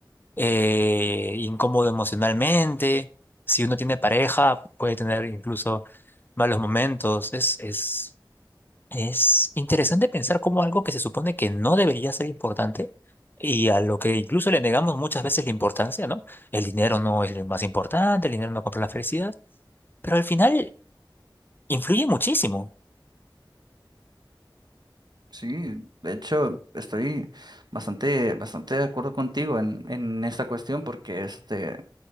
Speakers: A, on the left (about 25°); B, on the right (about 55°).
A: eh, incómodo emocionalmente. Si uno tiene pareja, puede tener incluso malos momentos. Es, es es interesante pensar cómo algo que se supone que no debería ser importante y a lo que incluso le negamos muchas veces la importancia, ¿no? El dinero no es lo más importante, el dinero no compra la felicidad, pero al final influye muchísimo.
B: Sí, de hecho estoy bastante, bastante de acuerdo contigo en, en esta cuestión porque este,